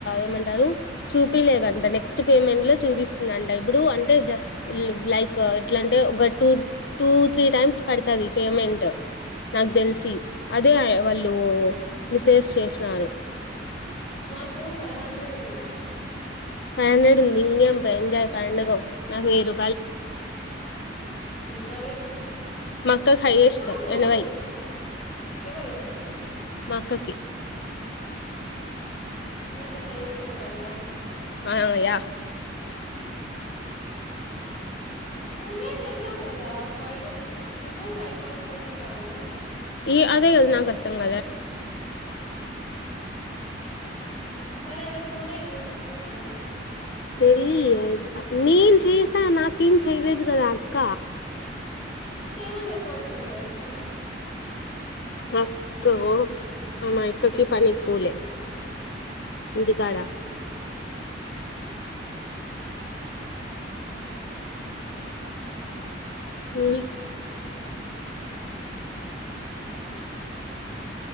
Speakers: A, on the left; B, on the left.
A: ఏమంటారు చూపిలేదంట నెక్స్ట్ పేమెంట్ లో చూపిస్తుందింట ఇప్పుడు అంటే జస్ట్ లైక్ ఎట్లా అంటే ఒక టూ టూ త్రీ టైమ్స్ పడుతుది పేమెంట్ నాకు తెలిసి అదే వాళ్ళు మిసేజ్ చేసినారు
B: నాకు ఫైవ్ హండ్రెడ్ ఉంది
A: పండడు నింగేంజాయి పండగం నాకు వేరు
B: మరి
A: మక్క కై ఇష్టం
B: కాదు
A: ఎనవై
B: ఎవరు
A: మక్కకి
B: నన్నే హైయెస్ట్ అంటారా
A: అయ
B: నువ్వే చేసావు కదా ఫైవ్ ఓ సిక్స్ నువ్వే ఫైవ్ కాల్స్ చేసింటావు కదా
A: ఏ అదే ఎదునా కతుంగ
B: మరి ఆడ టూనే ఎందుకు చూపిస్తాంది
A: తెలియ నేను చేసా నాకేం చెయలేదు కద అక్క
B: సేమంది చెప్పాల్సింద మరి
A: అక్క అమాయి క్కకి పనికు లే దగాడా మ్మ్మ్మ్